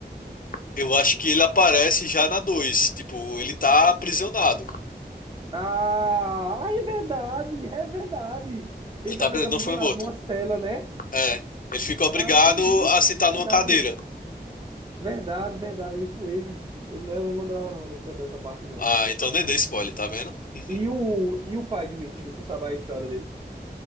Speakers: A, on the left (about 55°); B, on the right (about 30°).
A: Eu acho que ele aparece já na dois, Tipo, ele tá aprisionado.
B: Ah, ah, é verdade, é verdade. Ele
A: Ele tá
B: tá
A: aprisionado,
B: meio que aprisionado
A: não foi morto.
B: numa cela, né?
A: É. Ele fica obrigado
B: Ah, entendi.
A: a sentar
B: Verdade,
A: numa cadeira.
B: verdade, verdade, é isso mesmo. Eu, eu não lembrava não dessa, dessa parte, não.
A: Ah, então nem dei spoiler, tá vendo? <laughs>
B: E o, e o pai do Ichigo, tu sabe a história dele?